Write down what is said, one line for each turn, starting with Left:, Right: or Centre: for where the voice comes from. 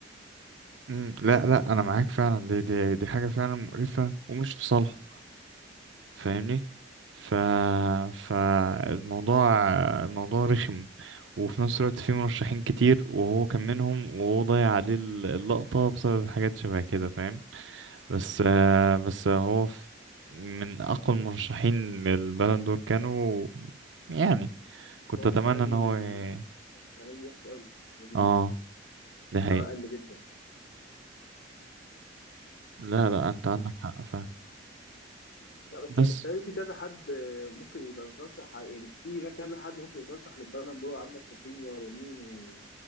Right: مم، لا لا انا معاك فعلا دي دي دي حاجه فعلا مقرفه ومش في صالح فاهمني ف فالموضوع الموضوع رخم وفي نفس الوقت في مرشحين كتير وهو كان منهم وهو ضيع عليه ال- اللقطه بسبب حاجات شبه كده فاهم بس
Left: أنت-
Right: آه، بس هو ف- من اقوى المرشحين للبالون دور كانوا يعني كنت
Left: هو
Right: اتمنى
Left: السنه
Right: ان
Left: دي
Right: هو ي-
Left: السنه دي وحش قوي السنه دي
Right: اه ده
Left: مستواه
Right: هي
Left: قل جدا
Right: لا لا انت عندك حق فعلا
Left: لا بس
Right: بس
Left: يعني السنه دي في كذا حد ممكن يبقى مترشح على- يعني في هناك كذا حد ممكن يترشح للبالون دور عندك رافينيا ويمين و-